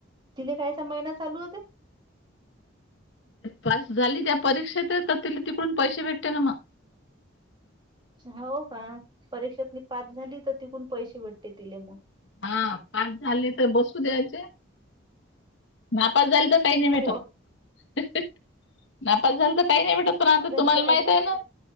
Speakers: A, on the right; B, on the left.
A: तिले कायचा महिना चालू होते?
B: पास झाली त्या परीक्षेतचे तर तिले तिकडून पैसे भेटते ना मग.
A: हो का परीक्षेत म पास झाली तर तिकून पैसे भेटते तिले मग.
B: हा पास झाले तर बसू द्यायचे नापस झाले तर काही नाही भेटत
A: सांगू
B: नापास झालं तर काही नाही भेटत
A: झाली
B: तुम्हाला
A: तर
B: माहिताय
A: काय
B: ना?